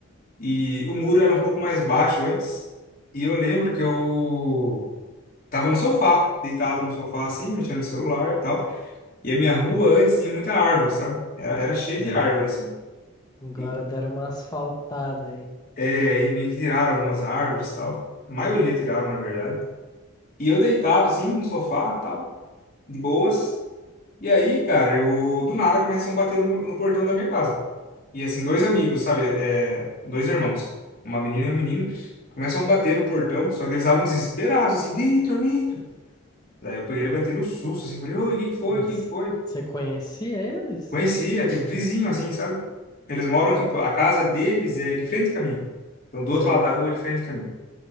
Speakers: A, on the left (about 40°); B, on the left (about 20°).
A: E o muro era um pouco mais baixo antes. E eu lembro que eu tava no sofá, deitado no sofá assim, mexendo no celular e tal. E a minha rua antes tinha muita árvore, sabe? Era, era cheia de
B: aham.
A: árvore assim.
B: Agora
A: E,
B: deram uma asfaltada aí.
A: é, e meio que tiraram algumas árvores e tal. A maioria tiraram, na verdade. E eu deitado, assim, no sofá, tal, de boas. E aí, cara, eu do nada começam a bater no, no portão da minha casa. E assim, dois amigos, sabe? É, dois irmãos, uma menina e um menino, começam a bater no portão, só que eles estavam desesperados, assim, Victor, Victor. Daí eu peguei, levantei no susto, assim, falei, oi, o que que foi?
B: Mas
A: O que que foi?
B: você conhecia eles?
A: Conhecia, tipo, vizinho, assim, sabe? Eles moram,
B: Hum,
A: tipo, a casa deles é de frente com a minha. Então, do
B: sei.
A: outro lado da rua, é de frente com a minha.